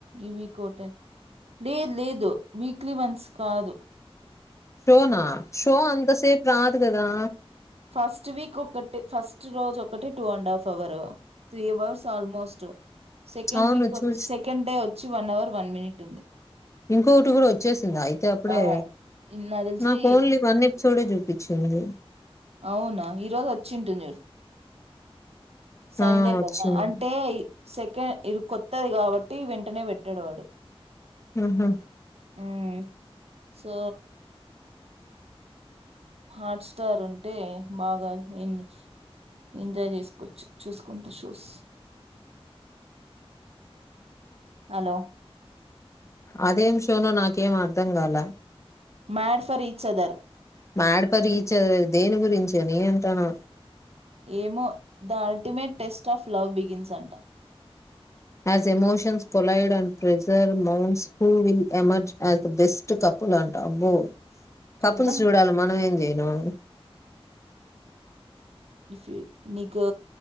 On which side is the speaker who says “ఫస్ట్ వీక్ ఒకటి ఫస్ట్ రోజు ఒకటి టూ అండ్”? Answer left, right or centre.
Right